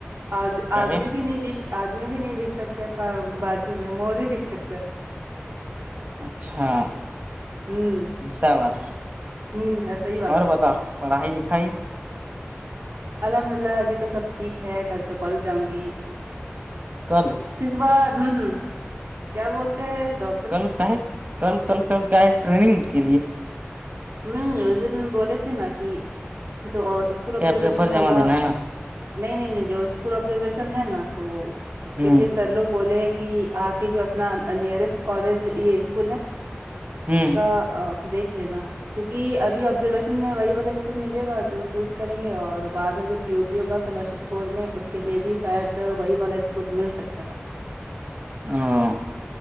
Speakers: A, on the right; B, on the right.
A: آ
B: کہے
A: آدمی بھی نہیںک آدمی بھی نہیں بک سکتا بارش میں مورے بک سکتا ہے
B: اچھا
A: ہوں
B: ایسا بات ہے
A: ہوں ایسا ہی بات
B: اور
A: ہے
B: بتاؤ پڑھائی لکھائی
A: الحمد للہ ابھی تو سب ٹھیک ہے کل تو کالج جاؤں گی
B: کل
A: پس بار ہوں ہوں کیا بولتے ہیں ڈاکٹ
B: کل کا ہے کل کل کل کا ہے ٹریننگ کے لیے
A: م ز بولے تھے نا کہ جو اسکول
B: کیا
A: آبزرویشن
B: پیپر
A: ہوگا
B: جمع دینا ہے نا
A: نہیں نہیں نہیں جو اسکول آبزرویشن ہے نا تو اس کے
B: ہ
A: لیے سر لوگ بولے ہیں کہ کہ آ کے جو اپنا نئرسٹ کالج یہ اسکول ہے
B: ہ
A: اس کا ا دیکھ لینا کیونکہ ابھی آبزرویشن میں وہی والا اسکول ملے گا جو چوز کریں گے اور بع میں جو پی اوٹی کا سمرور میں اس کے لیے بھی شاید وہی والا اسکول مل سکتا ہے
B: ہاں